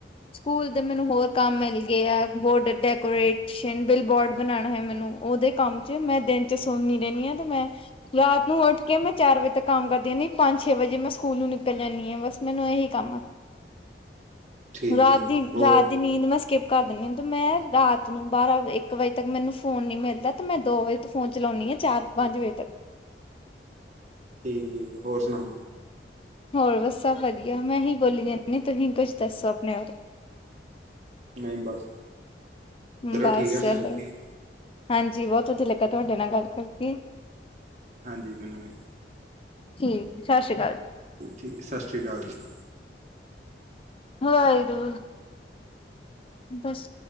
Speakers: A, on the left; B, on the right.
A: ਸਕੂਲ ਦੇ ਮੈਨੂੰ ਹੋਰ ਕੰਮ ਮਿਲ ਗਏ ਆ ਬੋਰਡ ਡੈਕੋਰੇਸ਼ਨ <unintelligible> ਬੋਰਡ ਬਣਾਣਾ ਹੈ ਮੈਨੂੰ ਉਹਦੇ ਕੰਮ ਚ ਮੈਂ ਦਿਨ ਚ ਸੁਣਨੀ ਰਹਿੰਦੀ ਹਾਂ ਤੇ ਮੈਂ ਰਾਤ ਨੂੰ ਉੱਠ ਕੇ ਮੈਂ ਚਾਰ ਵਜੇ ਤੱਕ ਕੰਮ ਕਰਦੀ ਰਹਿੰਦੀ ਪੰਜ ਛੇ ਵਜੇ ਮੈਂ ਸਕੂਲ ਨੂੰ ਨਿਕਲ ਜਾਂਦੀ ਹਾਂ ਬਸ ਮੈਨੂੰ ਇਹੀ ਕੰਮ ਆ
B: ਠੀਕ
A: ਰਾਤ
B: ਠੀਕ
A: ਦੀ
B: ਹੋਰ
A: ਰਾਤ ਦੀ ਨੀਂਦ ਮੈਂ ਸਕਿਪ ਕਰ ਦਿੰਦੀ ਹਾਂ ਤੇ ਮੈਂ ਰਾਤ ਨੂੰ ਬਾਰਾਂ ਇੱਕ ਵਜੇ ਤੱਕ ਮੈਨੂੰ ਫ਼ੋਨ ਨਹੀਂ ਮਿਲਦਾ ਤਾਂ ਮੈਂ ਦੋ ਵਜੇ ਤੋਂ ਫੋਨ ਚਲਾਉਂਦੀ ਹਾਂ ਚਾਰ ਪੰਜ ਵਜੇ ਤੱਕ
B: ਠੀਕ ਠੀਕ ਆ ਹੋਰ ਸੁਣਾਓ
A: ਹੋਰ ਬਸ ਸਭ ਵਧੀਆ ਮੈਂ ਹੀ ਬੋਲੀ ਜਾਂਦੀ ਤੁਸੀਂ ਕੁਝ ਦੱਸੋ ਆਪਣੇ ਬਾਰੇ
B: ਨਹੀਂ ਬਸ ਚਲੋ
A: ਬਸ
B: ਠੀਕ ਆ
A: ਚਲੋ
B: ਫਿਰ ਓਕੇ
A: ਹਾਂਜੀ ਬਹੁਤ ਵਧੀਆ ਲੱਗਾ ਤੁਹਾਡੇ ਨਾਲ ਗੱਲ ਕਰਕੇ
B: ਹਾਂਜੀ ਮੈਨੂੰ ਵੀ
A: ਸੱਚੀ ਸਤਿ ਸ਼੍ਰੀ ਅਕਾਲ
B: ਚੱਲ ਠੀਕ ਸਤਿ ਸ਼੍ਰੀ ਅਕਾਲ ਜੀ
A: ਹਾਏ ਰੋ ਬੱਸ